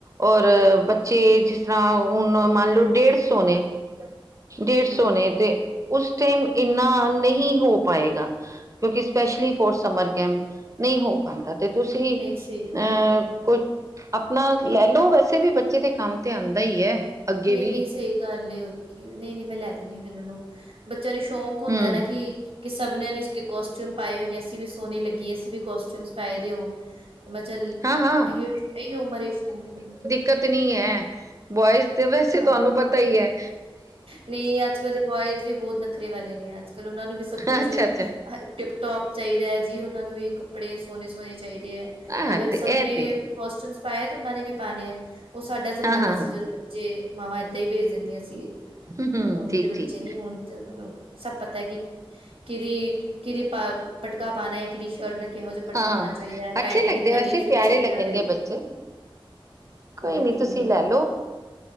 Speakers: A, on the right; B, on the right.
A: ਔਰ ਬੱਚੇ ਜਿਸ ਤਰ੍ਹਾਂ ਹੁਨ ਮੰਨ ਲਓ ਡੇਢ ਸੌ ਨੇ ਡੇਢ ਸੌ
B: ਹਮ
A: ਨੇ ਤੇ ਉਸ ਟਾਈਮ ਇੰਨਾ ਨਹੀਂ ਹੋ ਪਾਏਗਾ ਕਿਉਕਿ ਸਪੈਸ਼ਲੀ ਫੋਰ ਸਮਰ ਕੈਂਪ ਨਹੀਂ ਹੋ ਪਾਂਦਾ ਤੇ ਤੁਸੀਂ
B: ਨਹੀਂ ਸਹੀ ਗੱਲ
A: ਅਹ
B: ਹੈ।
A: ਕੁ ਆਪਣਾ ਲੈ ਲਓ ਵੈਸੇ ਵੀ ਬੱਚੇ ਦੇ ਕੰਮ ਤੇ ਆਂਦਾ ਹੀ ਹੈ ਅੱਗੇ
B: ਨਹੀਂ
A: ਵੀ
B: ਨਹੀਂ ਸਹੀ ਗੱਲੇ ਹੋਰ ਕੀ ਨਹੀਂ ਨਹੀਂ ਮੈਂ ਲੈ ਦਦੀ ਹਾਂ ਫੇਰ ਉਹਨੂੰ ਬੱਚਿਆਂ ਨੂੰ ਸ਼ੌਕ ਹੁੰਦਾ
A: ਹਮ
B: ਨਾ ਕਿ ਕਿ ਸਭਨੇ ਨੇ ਕੋਸਟਿਊਮ ਪਾਏ ਹੋਏ ਨੇ ਅਸੀਂ ਵੀ ਸੋਹਨੇ ਲੱਗੀਏ ਅਸੀਂ ਵੀ ਕੋਸਟਿਊਮਸ ਪਾਏ ਦੇ ਹੋਨ ਤੇ ਮੈਂ ਚੱਲ
A: ਹਾਂ-ਹਾਂ,
B: ਇ ਇਹੀ ਉਮਰੇ ਸ਼ੌਂਕ ਦੇ
A: ਕਤ ਨੀ ਹੈ ਬੋਆਇਜ਼ ਤੇ ਵੈਸੇ
B: ਹਾਂ
A: ਤੁਹਾਨੂੰ ਪਤਾ ਹੀ ਹੈ
B: ਨਹੀਂ ਅੱਜ ਕਲ ਦੇ ਬੋਆਇਜ਼ ਵੀ ਬਹੁਤ ਨਖਰੇ ਵਾਲੇ ਨੇ ਅੱਜ ਕੱਲ ਉਹਨਾਂ ਨੂੰ ਵੀ ਸਭ
A: ਅੱਛਾ-ਅੱਛਾ,
B: ਕੁਛ ਟਿਪਟੋਪ ਚਾਹੀਦਾ ਹੈ ਜੀ ਉਹਨਾਂ ਨੂੰ ਵੀ ਕੱਪੜੇ ਸੋਹਣੇ- ਸੋਹਣੇ ਚਾਹੀਦੇ ਹੈ।
A: ਹਾਂ
B: ਅਗਰ
A: ਤੇ
B: ਸਭ
A: ਐ
B: ਨੇ
A: ਤੇ ਹੈ।
B: ਕੋਸਟਿਊਮਸ ਪਾਇਆ ਤੇ ਉਹਨਾਂ ਨੇ ਵੀ ਪਾਂਣੇੇ ਹੈ ਉਹ ਸਾਡਾ ਜ਼ਮਾਨਾ
A: ਹਾਂ-ਹਾਂ-ਹਾਂ,
B: ਸੀ ਜਦੋਂ ਬ ਜੇ ਮਾਵਾਂ ਏਦਾਂ ਹੀ ਭੇਜ ਦਿੰਦੀਆਂ ਸੀ
A: ਹੂੰ-ਹੂੰ,
B: ਹੁਣ
A: ਠੀਕ-ਠੀਕ,
B: ਦੇ ਬੱਚੇ ਨੀ ਹੋਣ ਤੇ ਉਹਨਾਂ ਨੂੰ ਸਭ ਪਤਾ ਹੈ ਕਿ ਕਿਹਦੀ- ਕਿਹਦੀ ਪਟਕਾ ਪਾਉਣਾ ਹੈ ਕਿਹਦੀ ਸ਼ਰਟ ਨਾਲ ਕਿਹੋ ਜਿਹਾ ਪਟਕਾ
A: ਹਾਂ
B: ਹੋਣਾ ਚਾਹੀਦਾ ਹੈ
A: ਅੱਛੇ
B: ਪੈਂਟ
A: ਲੱਗਦੇ
B: ਕਿੱਦਾਂ
A: ਵੈਸੇ
B: ਦੀ ਸ਼ੂਜ
A: ਪਿਆਰੇ
B: ਕਿੱਦਾਂ
A: ਲੱਗਣਗੇ
B: ਦੇ
A: ਬੱਚੇ ਕੋਈ
B: ਹੋਰ
A: ਨੀ
B: ਕੀ
A: ਤੁਸੀਂ
B: ਨਹੀਂ
A: ਲੈ
B: ਨਹੀਂ
A: ਲੋ